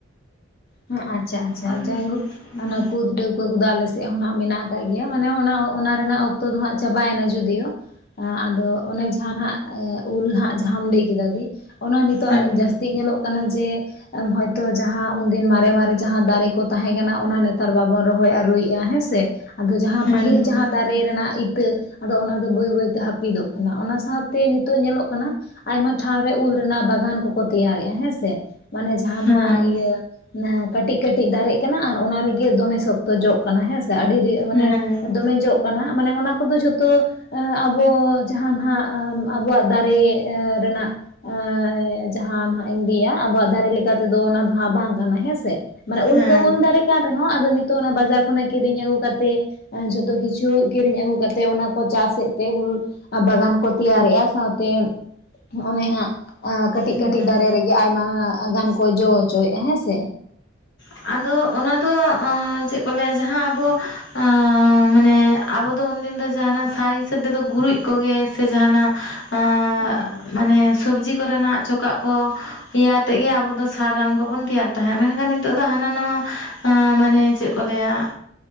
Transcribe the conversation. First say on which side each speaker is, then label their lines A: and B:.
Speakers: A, on the left; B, on the left.
A: ᱦᱮᱸ ᱟᱪᱪᱷᱟ ᱟᱪᱪᱷᱟ
B: ᱦᱮᱸ
A: ᱡᱟᱭᱦᱳᱠ
B: ᱦᱮᱸ
A: ᱚᱱᱟ ᱠᱩᱫᱽ ᱰᱟᱹᱣᱠ <unintelligible> ᱠᱚᱫᱚ ᱟᱞᱮ ᱥᱮᱫ ᱦᱚᱸ ᱢᱮᱱᱟᱜ ᱟᱠᱟᱫ ᱜᱮᱭᱟ ᱢᱟᱱᱮ ᱚᱱᱟ ᱚᱱᱟ ᱨᱮᱱᱟᱜ ᱚᱠᱛᱚ ᱫᱚ ᱦᱟᱸᱜ ᱪᱟᱵᱟᱭᱮᱱᱟ ᱡᱚᱫᱤᱭᱳ ᱟ ᱟᱫᱚ ᱚᱱᱮ ᱡᱟᱦᱟᱸᱱᱟᱜ ᱩᱞ ᱦᱟᱸᱜ ᱡᱟᱦᱟᱢ ᱞᱟᱹᱭ ᱠᱮᱫᱟ ᱫᱤ ᱚᱱᱟ ᱱᱤᱛᱚᱜ
B: ᱦᱮᱸ
A: ᱡᱟᱹᱥᱛᱤ ᱧᱮᱞᱚᱜ ᱠᱟᱱᱟ ᱡᱮ ᱦᱚᱭᱛᱚ ᱡᱟᱦᱟᱸ ᱫᱤᱱ ᱢᱟᱨᱮ ᱢᱟᱨᱮ ᱡᱟᱦᱟᱸ ᱫᱟᱨᱮ ᱠᱚ ᱛᱟᱦᱮᱸ ᱠᱟᱱᱟ ᱚᱱᱟ ᱱᱮᱛᱟᱨ ᱵᱟᱵᱚᱱ ᱨᱚᱦᱚᱭ ᱟᱹᱨᱩᱭᱮᱫᱼᱟ ᱦᱮᱸ ᱥᱮ ᱟᱫᱚ ᱡᱟᱦᱟᱸ
B: ᱦᱮᱸ
A: ᱯᱟᱹᱦᱤᱞ ᱡᱟᱦᱟᱸ ᱫᱟᱨ ᱨᱮ ᱨᱮᱱᱟᱜ ᱤᱛᱟᱹ ᱟᱫᱚ ᱚᱱᱟ ᱫᱚ ᱵᱟᱹᱭ ᱵᱟᱹᱭᱛᱮ ᱦᱟᱹᱯᱤᱫᱚᱜ ᱠᱟᱱᱟ ᱚᱱᱟ ᱥᱟᱶᱛᱮ ᱱᱤᱛᱚᱜ ᱧᱮᱞᱚᱜ ᱠᱟᱱᱟ, ᱟᱭᱢᱟ ᱴᱷᱟᱶ ᱨᱮ ᱩᱞ ᱨᱮᱱᱟᱜ ᱵᱟᱜᱟᱱ ᱠᱚᱠᱚ ᱛᱮᱭᱟᱨᱮᱜᱼᱟ ᱦᱮᱸᱥᱮ, ᱢᱟᱱᱮ ᱡᱟᱦᱟᱸᱱᱟᱜ
B: ᱦᱮᱸ
A: ᱤᱭᱟᱹ ᱠᱟᱹᱴᱤᱡ- ᱠᱟᱹᱴᱤᱡ ᱫᱟᱨᱮᱜ ᱠᱟᱱᱟ ᱟᱨ ᱚᱱᱟ ᱨᱮᱜᱮ ᱫᱚᱢᱮ ᱥᱚᱠ ᱛᱚ ᱡᱚᱜ ᱠᱟᱱᱟ ᱦᱮᱸᱥᱮ ᱟᱹᱰᱤ ᱢᱟᱱᱮ
B: ᱦᱮᱸ
A: ᱫᱚᱢᱮ ᱡᱚᱜ ᱠᱟᱱᱟ ᱢᱟᱱᱮ ᱚᱱᱟ ᱠᱚᱫᱚ ᱡᱷᱚᱛᱚ ᱮ ᱟᱵᱚ ᱡᱟᱦᱟᱸᱱᱟᱦᱟᱸᱜ ᱟᱵᱚᱣᱟᱜ ᱫᱟᱨᱮ ᱨᱮᱱᱟᱜ ᱮᱸᱻ ᱡᱟᱦᱟᱸ ᱱᱟᱦᱟᱸᱜ ᱤᱧ ᱞᱟᱹᱭᱟ ᱟᱵᱚᱣᱟᱜ ᱫᱟᱨᱮ ᱞᱮᱠᱟ ᱛᱮᱫᱚ ᱚᱱᱟ ᱫᱚ ᱦᱟᱸᱜ ᱵᱟᱝ ᱠᱟᱱᱟ ᱦᱮᱸᱥᱮ ᱢᱟᱱᱮ ᱩᱞ
B: ᱦᱮᱸ
A: ᱫᱚ ᱩᱞ ᱫᱟᱨᱮ ᱠᱟᱱ ᱨᱮᱦᱚᱸ ᱟᱫᱚ ᱱᱤᱛᱚᱜ ᱚᱱᱟ ᱵᱟᱡᱟᱨ ᱠᱷᱚᱱᱟᱜ ᱠᱤᱨᱤᱧ ᱟᱹᱜᱩ ᱠᱟᱛᱮᱫ ᱡᱚᱛᱚ ᱠᱤᱪᱷᱩ ᱠᱤᱨᱤᱧ ᱟᱹᱜᱩ ᱠᱟᱛᱮᱜ ᱚᱱᱟ ᱠᱚ ᱪᱟᱥ ᱮᱫ ᱛᱮ ᱩᱞ ᱵᱟᱜᱟᱱ ᱠᱚ ᱛᱮᱭᱟᱨᱮᱜᱼᱟ ᱥᱟᱶᱛᱮ ᱚᱱᱮ ᱦᱟᱸᱜ ᱟᱠ ᱠᱟᱹᱴᱤᱡ
B: ᱦᱮᱸ
A: ᱠᱟᱹᱴᱤᱡ ᱫᱟᱨᱮ ᱨᱮᱜᱮ ᱟᱭᱢᱟ ᱜᱟᱱ ᱠᱚ ᱡᱚ ᱦᱚᱪᱚᱭᱮᱜᱼᱟ ᱦᱮᱸ ᱥᱮ
B: ᱟᱫᱚ ᱚᱱᱟ ᱫᱚ ᱪᱮᱫ ᱠᱚ ᱞᱟᱹᱭᱟ ᱡᱟᱦᱟᱸ ᱟᱵᱚ ᱮ ᱢᱟᱱᱮ ᱟᱵᱚ ᱫᱚ ᱩᱱᱫᱤᱱ ᱫᱚ ᱡᱟᱦᱟᱸᱱᱟᱜ ᱥᱟᱨ ᱦᱤᱥᱟᱹᱵ ᱛᱮᱫᱚ ᱜᱩᱨᱤᱡ ᱠᱚᱜᱮ ᱥᱮ ᱡᱟᱦᱟᱸᱱᱟᱜ ᱮᱸᱻ
A: ᱦᱮᱸ
B: ᱢᱟᱱᱮ ᱥᱚᱵᱽᱡᱤ ᱠᱚᱨᱮᱱᱟᱜ ᱪᱚᱠᱟᱜ ᱠᱚ ᱤᱭᱟᱹ ᱟᱛᱮᱫ ᱜᱮ ᱟᱵᱚ ᱫᱚ ᱥᱟᱨ ᱨᱟᱱ ᱠᱚᱵᱚᱱ ᱛᱮᱭᱟᱨ ᱛᱟᱦᱮᱸᱫ ᱢᱮᱱ ᱮᱱᱠᱷᱟᱱ ᱱᱤᱛᱚᱜ ᱫᱚ ᱦᱟᱱᱟ ᱱᱚᱣᱟ ᱢᱟᱱᱮ ᱪᱮᱫ ᱠᱚ ᱞᱟᱹᱭᱟ